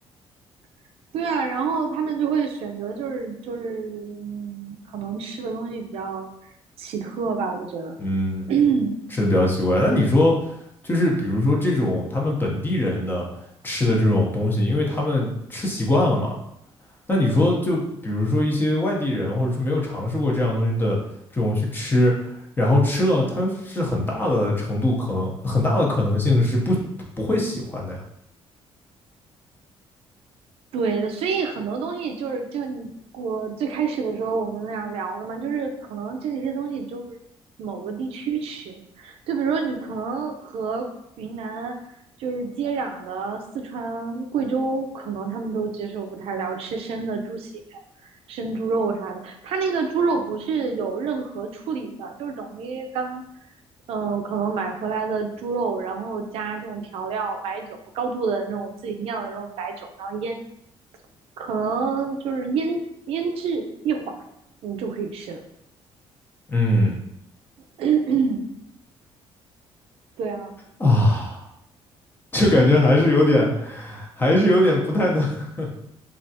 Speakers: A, on the right (about 70°); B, on the left (about 20°).
A: <laughs> 对啊，然后他们就会选择就是就是嗯，可能吃的东西比较奇特吧，我觉得。
B: 嗯，
A: <clears throat>
B: 吃的比较奇怪。那你说，就是比如说这种他们本地人的吃的这种东西，因为他们吃习惯了嘛。那你说，就比如说一些外地人，或者是没有尝试过这样东西的这种去吃，然后吃了，它是很大的程度可能，很大的可能性是不不会喜欢的呀。
A: 对的，所以很多东西就是就你我最开始的时候我们俩聊的嘛，就是可能这些东西就是某个地区吃，就比如说你可能和云南就是接壤的四川、贵州，可能他们都接受不太了吃生的猪血、生猪肉啥的。它那个猪肉不是有任何处理的，就是等于刚嗯、呃可能买回来的猪肉，然后加这种调料、白酒，高度的那种自己酿的那种白酒，然后腌可能就是腌腌制一会儿，你就可以吃了。
B: 嗯
A: <clears throat> <coughs> 对啊，
B: 啊。就感觉还是有点，还是有点不太能，<laughs>